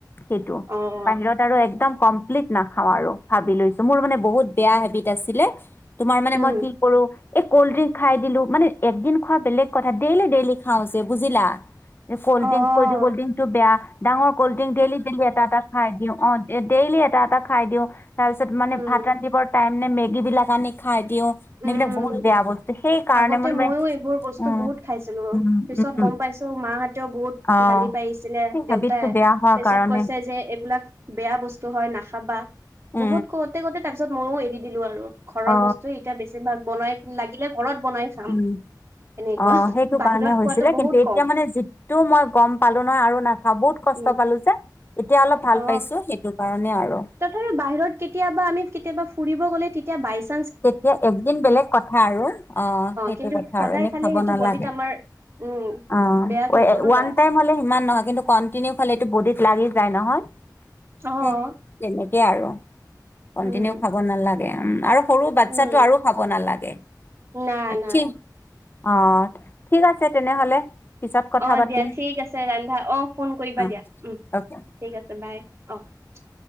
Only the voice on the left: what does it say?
সেইটো
বাহিৰত আৰু একদম কমপ্লিট নাখাও আৰু ভাবি লৈছো মোৰ মানে বহুত বেয়া হেবিট আছিলে তোমাৰ মানে
মই কি কৰো এই কল্ড ড্ৰিংক খাই দিলো মানে একদিন খোৱা বেলেগ কথা ডেইলি ডেইলি খাওঁ যে বুজিলা। কল্ড্ৰিংক
কৈ দি কল্ড ড্ৰিং বেয়া ডাঙৰ কল্ড ড্ৰিং ডেলি দেলি এটা এটা খাই দিওঁ অ। ডেইলি এটা এটা খাই দিওঁ তাৰ পিছত মানে
ভাত ৰান্ধিবৰ টাইম নে মেগী বিলাক আনি খাই। দিও
সবিলাক বহুত বেয়া বস্তু সেই কাৰণে
মোৰ
উম
উম
উম
অ
সেই
হেবিটটো
বেয়া হোৱাৰ
কাৰণে
অ
অ
উম
অ সেইটো
কাৰণে
হৈছিলে
কিন্তু এতিয়া
মানে যিটো মই গম পালো নহয় আৰু নাখাওঁ বহুত কথা কষ্ট
পালো যে এতিয়া অলপ ভাল
পাইছো সেইটো কাৰণে আৰু
তেতিয়া একদিন বেলেগ কথা আৰু অ সেইটো
কথা
আৰু এনে
খাব
নালাগে।
অ
ওৱান
টাইম হলে সিমান নহয় কিন্তু কন্টিনিউ খাললে এইটো বডিত লাগি যায় নহয়
সে তেনেকে আৰু কন্টিনিউ
খাব নালাগে। উম আৰু সৰু বাচ্ছা
টো আৰু খাব নালাগে
অ
ঠিক আছে তেনেহলে। পিছত কথা
পাতিম
অ
অকে